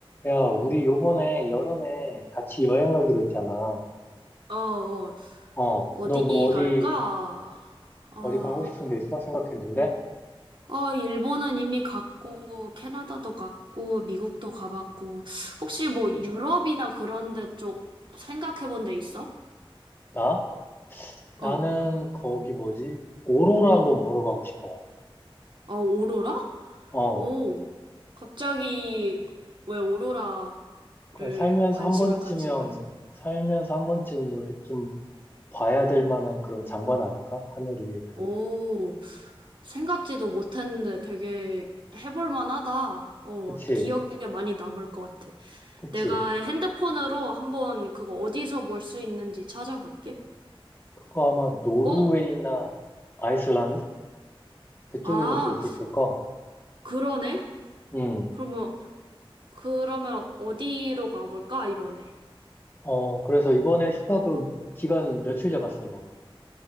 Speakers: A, on the left; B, on the right.
A: 야, 우리 요번에 여름에 같이 여행 가기로 했잖아.
B: 어, 어,
A: 어,
B: 어디
A: 너 뭐
B: 갈까?
A: 어디,
B: 아,
A: 어디 가고 싶은 데 있어? 생각했는데?
B: 아, 일본은 이미 갔고, 캐나다도 갔고, 미국도 가봤고, 혹시 뭐 유럽이나 그런 데 쪽 생각해 본 데 있어?
A: 나? 나는
B: 어,
A: 거기 뭐지? 오로라 한번 보러 가고 싶어.
B: 어, 오로라?
A: 어,
B: 오, 갑자기 왜 오로라를
A: 그래 살면서
B: 관심을
A: 한 번쯤은,
B: 가지게?
A: 살면서 한 번쯤은 이렇게 좀 봐야 될 만한 그런 장관 아닐까? 하늘 위에 그.
B: 오, 생각지도 못했는데 되게 해볼 만하다. 어,
A: 그치,
B: 기억에 많이 남을 것 같아.
A: 그치.
B: 내가 핸드폰으로 한번 그거 어디서 볼 수 있는지 찾아볼게.
A: 그거 아마 노르웨이나
B: 어?
A: 아이슬란드? 그쪽에서
B: 아,
A: 볼 수 있을 거.
B: 그러네?
A: 음.
B: 그러면, 그러면 어디로 가볼까, 이번에?
A: 어, 그래서 이번에 휴가 그 기간 며칠 잡았어, 넌?